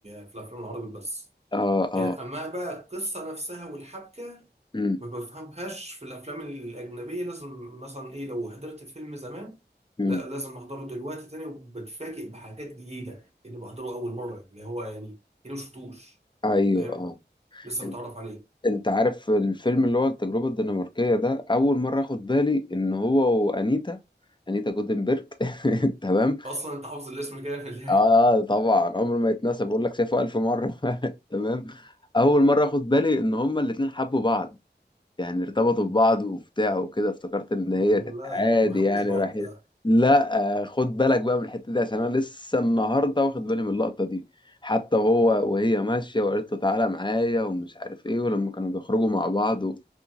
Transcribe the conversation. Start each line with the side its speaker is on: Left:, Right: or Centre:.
Right: في الافلام العربي بس
Left: آه آه
Right: يعني اما بقى القصه نفسها والحبكه
Left: أمم
Right: ما بفهمهاش في الافلام الاجنبيه لازم مثلا ايه لو حضرت فيلم زمان
Left: أمم
Right: لا لازم احضره دلوقتي تاني وبتفاجئ بحاجات جديده اني بحضره اول مره اللي هو يعني كده ما شفتوش
Left: أيوه
Right: فاهم
Left: آه
Right: لسه
Left: إن-
Right: متعرف عليه
Left: أنت عارف الفيلم اللي هو التجربة الدنماركية ده أول مرة أخد بالي إن هو وأنيتا أنيتا جودنبرج <laughs> تمام
Right: اصلا انت حافظ الاسم كامل يعني
Left: اه طبعا عمره ما يتنسى بقول لك شافه الف مره <laughs> تمام اول مره اخد بالي ان هما الاتنين حبوا بعض يعني ارتبطوا ببعض وبتاع وكده افتكرت ان هي
Right: <laughs>
Left: كانت
Right: لا
Left: عادي
Right: ما حبوش
Left: يعني
Right: بعض
Left: رايحين
Right: لا
Left: لا آه، خد بالك بقى من الحته دي عشان انا لسه النهارده واخد بالي من اللقطه دي حتى وهو وهي ماشيه وقالت له تعالى معايا ومش عارف ايه ولما كانوا بيخرجوا مع بعض و...